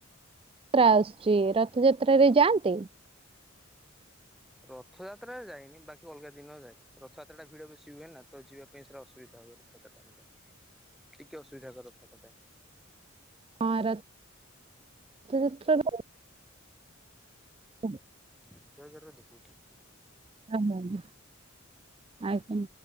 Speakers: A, on the right; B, in the centre.
A: ତ୍ରା ଆସ୍ ସିଏ ରଥଯାତ୍ରାରେ ଯାଆନ୍ତେ।
B: ରଥଯାତ୍ରାରେ ଯାଇନି ବାକି ଅଲଗା ଦିନ ଯାଏ ରଥଯାତ୍ରା ଟା ଭିଡ ବେଶି ହୁଏ ନା ତ ଯିବା ପାଇଁ ସେଟା ଅସୁବିଧା ହୁଏ। ରଥଯାତ୍ରା ଟାଇମ୍ ଟା, ଟିକେ ଅସୁବିଧା ହୁଏ ରଥଯାତ୍ରା ଟାଇମ୍।
A: ହଁ ରଥ୍ ଥଯାତ୍ରାରେ ହ <unintelligible>
B: <unintelligible> କେରେ ଦେଖଉଛି।
A: ଆଉ ମୁଁ, ଆଜ୍ଞା।